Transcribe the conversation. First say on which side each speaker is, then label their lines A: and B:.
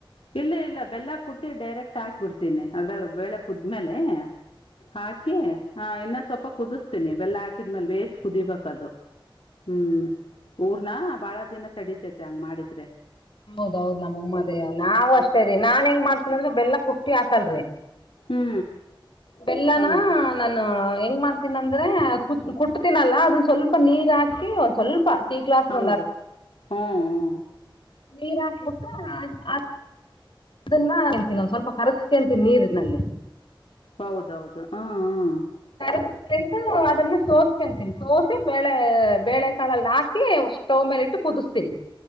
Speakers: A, on the left; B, on the left.
A: ಇಲ್ಲ- ಇಲ್ಲ ಬೆಲ್ಲ ಕುಟ್ಟಿ ಡೈರೆಕ್ಟ್ ಹಾಕಿ ಬಿಡ್ತೀನಿ ಅದ್ರಾಗ ಬೇಳೆ ಕುದ್ಮೇಲೆ ಹಾಕೆ ಹ ಇನ್ನ ಸ್ವಲ್ಪ ಕುದಿಸ್ತೀನಿ ಬೆಲ್ಲ ಹಾಕಿದ್ಮೇಲೆ ಬೇಸ್ ಕುದಿಬೇಕ ಅದು ಹ್ಮ್ ಅವ ನ ಬಹಳ ದಿನ ತಡಿತೇತೆ ಹಂಗ್ ಮಾಡಿದ್ರೆ
B: ಹೌದೌದು ನಮ್ಮಮ್ಮದೇ ನಾವವು ಅಷ್ಟೇರಿ ನಾನ್ ಹೆಂಗ್ ಮಾಡ್ತನ ಅಂದ್ರ ಬೆಲ್ಲ ಕುಟ್ಟ ಹಟ್ಟಿ ಹಾಕಲ್ರರಿ
A: ಹ್ಞೂ
B: ಬೆಲ್ಲನ
A: ಹೌದು
B: ನಾನು ಹೆಂಗ ಮಾಡ್ತೀನ ಅಂದ್ರೆ ಕುಟ್ತನಲ್ಲ ಅದನ್ನ ಸ್ವಲ್ಪ ನೀರ್ ಹಾಕಿ ಸ್ವಲ್ಪ ಟೀ ಗ್ಲಾಸ್ಗೆ
A: ಹೌದು ಹ್ಮ್
B: ನೀರ್ ಹಾಕ್ಬಿಟ್ಟ ಆ ಆ ಅದನ್ನ ಅಂತೀನಿ ಒ್ ಸ್ವಲ್ಪ ಕರಸ್ಕಂತೀ ನೀರಿನಲ್ಲಿ
A: ಹೌದೌದು ಹ್ಮ
B: ಕರ ಅದನ್ನ ಸೋ ತೀನಿ ಸೋಸೆ ಬೆಳೆ ಬೇಳೆಕಾಳಲ್ಲಿ ಹಾಕಿ ಸ್ಟೌವ್ ಮೇಲೆ ಇಟ್ಟು ಕುದಿಸ್ತೀನಿ